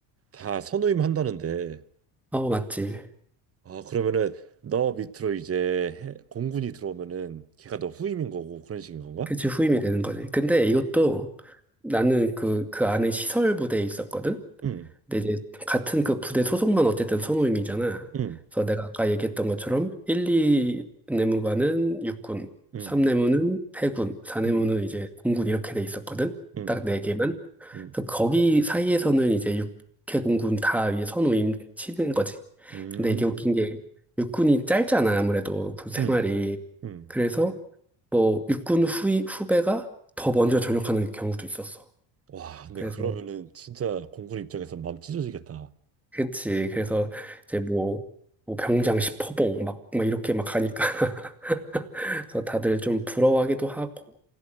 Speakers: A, on the right; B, in the centre.
A: 다 선후임 한다는데
B: 어, 맞지.
A: 아 그러면은 너 밑으로 이제 해- 공군이 들어오면은 걔가 너 후임인 거고 그런 식인 건가?
B: 그치, 후임이 되는 거지. 근데 이것도 나는 그, 그 안에 시설 부대에 있었거든?
A: 응,
B: 근데 이제 같은 그 부대 소속만 어쨌든 선후임이잖아.
A: 응,
B: 그래서 내가 아까 얘기했던 것처럼 1, 2 내무반은 육군,
A: 응,
B: 3 내무는 해군, 4 내무는
A: 응,
B: 이제 공군 이렇게 돼 있었거든?
A: 응,
B: 딱 네 개만.
A: 응,
B: 그래서 거기 사이에서는 이제 육해 공군 다 이제 선후임 치는 거지.
A: 응,
B: 근데 이게 웃긴 게 육군이 짧잖아, 아무래도 군 생활이.
A: 응, 응.
B: 그래서 뭐 육군 후이, 후배가 더 먼저 전역하는 경우도 있었어.
A: 와 근데
B: 그래서
A: 그러면은 진짜 공군 입장에서 마음 찢어지겠다.
B: 그치. 그래서 이제 뭐, 뭐 병장 10호봉 막, 막 이렇게 막 가니까 <laughs> 그래서 다들 좀 부러워하기도 하고.